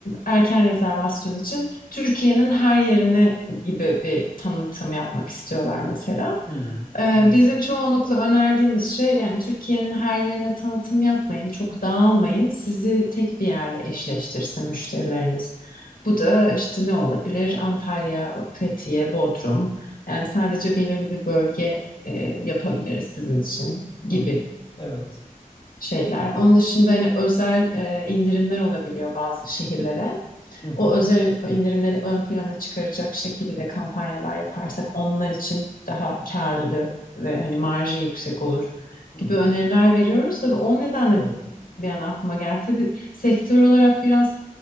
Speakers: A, on the left; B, on the left.
A: erken rezervasyon için Türkiye'nin her yerine gibi bir tanıtım yapmak istiyorlar mesela.
B: Hı. hı.
A: E,
B: Anladım.
A: bizim çoğunlukla önerdiğimiz şey yani Türkiye'nin her yerine tanıtım yapmayın, çok dağılmayın, sizi tek bir yerle eşleştirsin müşterileriniz. Bu da işte ne olabilir? Antalya, Fethiye, Bodrum. Yani sadece belirli bir bölge e, yapabiliriz sizin için
B: Hı.
A: gibi
B: hı. Evet.
A: şeyler. Onun dışında hani özel e, indirimler olabiliyor bazı şehirlere
B: Hı hı.
A: o özel indirimleri ön plana çıkaracak şekilde kampanyalar yaparsak onlar için daha karlı ve hani marjı yüksek olur
B: Hı
A: gibi
B: hı.
A: öneriler veriyoruz. Tabii o nedenle
B: Evet.
A: bir an aklıma geldi. Tabii sektör olarak biraz